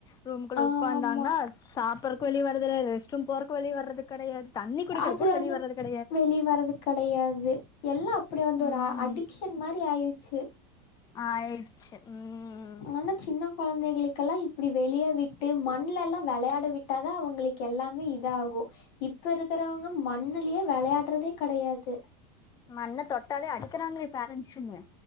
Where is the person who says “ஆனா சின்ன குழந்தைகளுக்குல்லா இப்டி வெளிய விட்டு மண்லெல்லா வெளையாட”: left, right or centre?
Left